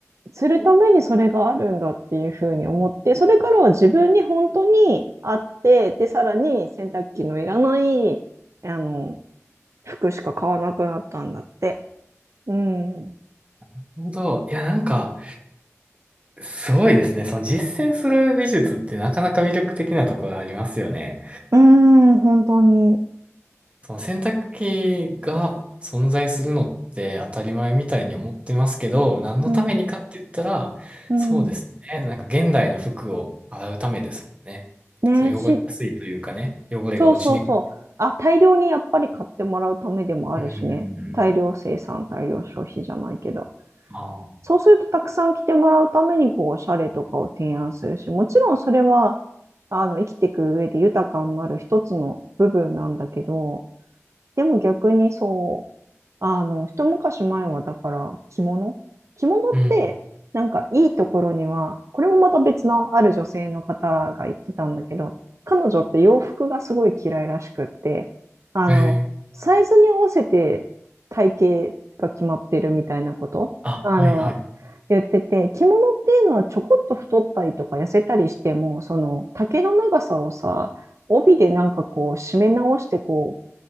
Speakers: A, on the right; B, on the right.
A: う、するためにそれがあるんだっていうふうに思って、それからは自分に本当にあって、で、さらに洗濯機のいらない、あの、服しか買わなくなったんだって。うん。
B: なるほど。いや、なんか、すごいですね。その実践する美術ってなかなか魅力的なところがありますよね。
A: うーん、本当に。
B: その洗濯機が存在するのって当たり前みたいに思ってますけど、何のためにかって言ったら、
A: うん。うん。
B: そうですね。なんか現代の服を洗うためですもんね。
A: ね、
B: その汚れやすいというかね、
A: し、
B: 汚れが落ちにくい。
A: そうそうそう。あ、大量にやっぱり買ってもらうためでもあるしね。
B: うんうんう
A: 大量生産、
B: ん。
A: 大量消費じゃないけど。
B: ああ、
A: そうするとたくさん来てもらうために、こう、おしゃれとかを提案するし、もちろんそれは、あの、生きていく上で豊かになる一つの部分なんだけど、でも逆にそう、あの、一昔前はだから着物着物って、
B: うん。
A: なんかいいところには、これもまた別のある女性の方が言ってたんだけど、彼女って洋服がすごい嫌いらしくって、あの、
B: ええ
A: サイズに合わせて体型が決まってるみたいなこと、
B: あ、
A: あの、
B: はいはい。
A: 言ってて、着物っていうのはちょこっと太ったりとか痩せたりしても、その丈の長さをさ、帯でなんかこう締め直してこう